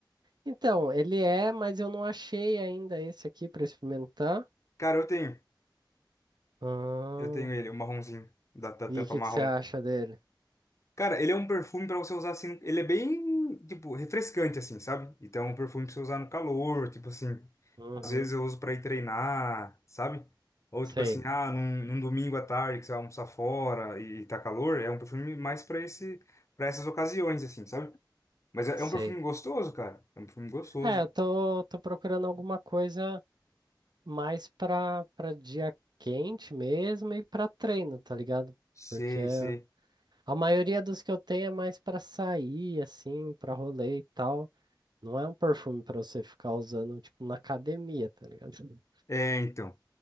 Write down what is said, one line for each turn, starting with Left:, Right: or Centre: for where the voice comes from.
Right: Então, ele é, mas eu não achei ainda esse aqui pra experimentar.
Left: Cara, eu tenho.
Right: Ah,
Left: Eu tenho ele, o marronzinho, da, da tampa
Right: e o que
Left: marrom.
Right: que você acha dele?
Left: Cara, ele é um perfume pra você usar assim. Ele é bem, tipo, refrescante, assim, sabe? Então, é um perfume pra você usar no calor, tipo assim.
Right: Uhum.
Left: Às vezes eu uso para ir treinar, sabe? Ou
Right: Sei,
Left: tipo assim, ah, num, num domingo à tarde que você vai almoçar fora e, e tá calor, é um perfume mais para esse, para essas ocasiões, assim, sabe? Mas é,
Right: sei.
Left: é um perfume gostoso, cara. É um perfume gostoso.
Right: É, eu tô, tô procurando alguma coisa. mais pra, pra dia quente mesmo e pra treino, tá ligado?
Left: Sei,
Right: Porque
Left: sei.
Right: a maioria dos que eu tenho é mais pra sair, assim, pra rolê e tal. Não é um perfume pra você ficar usando, tipo, na academia, tá ligado?
Left: É, então.